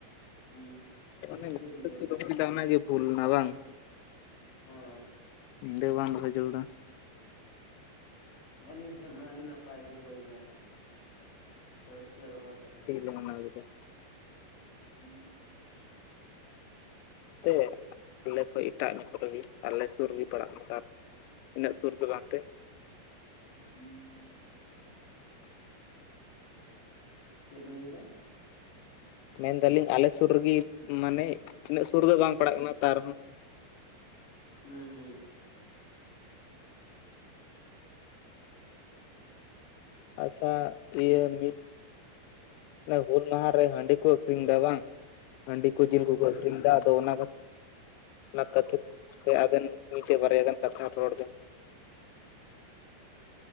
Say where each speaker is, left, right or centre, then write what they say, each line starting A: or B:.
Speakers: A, on the left; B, on the left.
A: ᱦᱮᱸ ᱦᱩᱸ ᱪᱮᱫ
B: ᱚᱱᱮ
A: ᱠᱚ
B: ᱧᱤᱫᱟᱹ
A: ᱪᱤᱠᱟᱹ ᱠᱮᱫᱮᱭᱟ
B: ᱜᱮ ᱠᱚ
A: ᱛᱟᱦᱚᱞᱮ
B: ᱫᱚᱦᱚᱭ ᱫᱟ ᱚᱱᱟ ᱜᱮ ᱵᱷᱩᱞ ᱱᱟ ᱵᱟᱝ
A: <unintelligible>
B: ᱧᱤᱫᱟᱹ ᱵᱟᱝ ᱫᱚᱦᱚ ᱡᱟᱹᱨᱩᱲᱟ
A: ᱟᱹᱞᱤᱧ ᱥᱮᱫ ᱢᱟ ᱟᱹᱰᱤ ᱱᱟᱯᱟᱭ ᱜᱮ ᱦᱩᱭᱱᱟ᱾ ᱨᱟᱹᱥᱠᱟᱹ ᱨᱚᱢᱚᱡᱽ ᱟᱛᱮᱜ
B: ᱪᱮ ᱢᱟᱱᱟ ᱠᱮᱫᱟ
A: <inaudible>
B: ᱛᱮ ᱟᱞᱮ ᱠᱷᱚᱡ ᱮᱴᱟᱜ ᱧᱚᱜ ᱨᱮᱜᱮ, ᱟᱞᱮ ᱥᱩᱨ ᱜᱮ ᱯᱟᱲᱟᱜ ᱱᱮᱛᱟᱨ ᱤᱱᱟᱹᱜ ᱥᱩᱨ ᱫᱚ ᱵᱟᱝ ᱛᱮ
A: <inaudible> ᱪᱮᱫ ᱵᱮᱱ ᱞᱟᱹᱭ ᱫᱟ
B: ᱢᱮᱱᱫᱟᱞᱤᱧ ᱟᱞᱮ ᱥᱩᱨ ᱨᱮᱜᱮ ᱢᱟᱱᱮ ᱤᱱᱟᱹᱜ ᱥᱩᱨ ᱨᱮ ᱫᱚ ᱵᱟᱝ ᱯᱟᱲᱟᱜ ᱠᱟᱱᱟ ᱛᱟ ᱨᱮᱦᱚᱸ
A: ᱦᱩᱸ ᱦᱩᱸ
B: ᱟᱪᱪᱷᱟ ᱤᱭᱟᱹ ᱢᱤᱫ ᱦᱩᱞ ᱢᱟᱦᱟ ᱨᱮ ᱦᱟᱺᱰᱤ ᱠᱚ ᱟᱹᱠᱷᱨᱤᱧ ᱮᱫᱟ ᱵᱟᱝ᱾ ᱦᱟᱺᱰᱤ ᱠᱚ
A: ᱦᱳᱭ
B: ᱡᱤᱞ ᱠᱚᱠᱚ
A: ᱦᱳᱭ
B: ᱟᱹᱷᱨᱤᱧ ᱮᱫᱟ ᱟᱫᱚ ᱚᱱᱟ ᱚᱱᱟ ᱠᱷᱟᱹᱛᱤᱨ ᱛᱮ ᱟᱵᱮᱱ ᱢᱤᱫᱴᱮᱱ ᱵᱟᱨᱭᱟ ᱜᱟᱱ ᱠᱟᱛᱷᱟ ᱨᱚᱲ ᱵᱮᱱ ᱾ <inaudible>